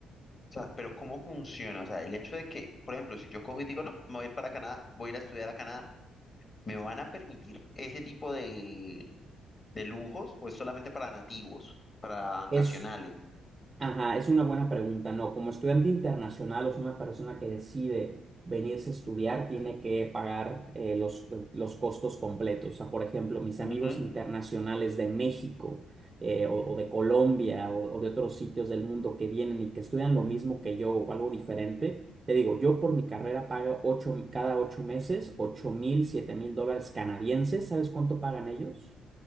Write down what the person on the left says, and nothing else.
sea, pero ¿cómo funciona? O sea, el hecho de que, por ejemplo, si yo cojo y digo, no, me voy a ir para Canadá, voy a ir a estudiar a Canadá, ¿me van a permitir ese tipo de, de lujos o es solamente para nativos, para nacionales?
Ujú.